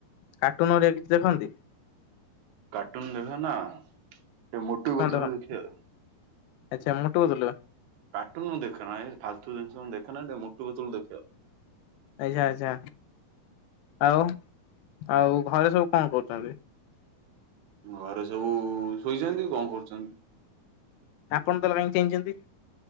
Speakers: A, on the left; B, on the right.
A: କାର୍ଟୁନ ହରିକା କିଛି ଦେଖନ୍ତି?
B: କାର୍ଟୁନ ଦେଖନା ଏ ମୋଟୁ
A: କଣ
B: ପଟଲୁ
A: ଦେଖନ୍ତି?
B: ଦେଖିବା।
A: ଆଚ୍ଛା ମୋଟୁ ପଟଲୁ।
B: କାଟୁନ ମୁଁ ଦେଖେନ ଏଇ ଫାଲତୁ ଜିନିଷ ଦେଖେ ନା ଏ ମୂତୁ ପତୁଲୁ ଦେଖେ?
A: ଆଚ୍ଛା ଆଚ୍ଛା ଆଉ ଆଉ ଘରେ ସବୁ କଣ କରୁଛନ୍ତି?
B: ଘରେ ସବୁ ଶୋଇଛନ୍ତି କଣ କରୁଛନ୍ତି?
A: ଆପଣ ତାହେଲେ କାହିଁ ଚେଇଁଛନ୍ତି?